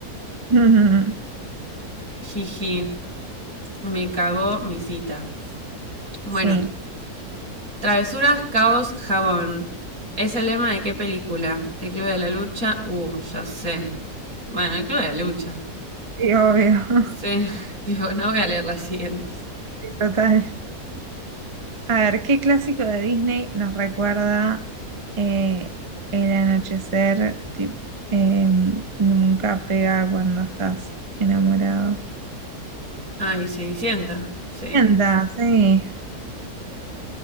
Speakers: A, on the right; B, on the right.
A: <laughs>
B: Jiji, me cagó mi cita. Bueno,
A: Sí,
B: Sí. travesuras, caos, jabón. ¿Es el lema de qué película? ¿El Club de la Lucha? Uh, ya sé. Bueno, el Club de la Lucha.
A: sí, obvio.
B: Sí, <laughs> digo, no voy a leer las siguientes.
A: Sí, Total. A ver, ¿qué clásico de Disney nos recuerda eh, el anochecer? tip- em, nunca pega cuando estás enamorado.
B: Ay, Cenicienta, sí.
A: Sienta, sí.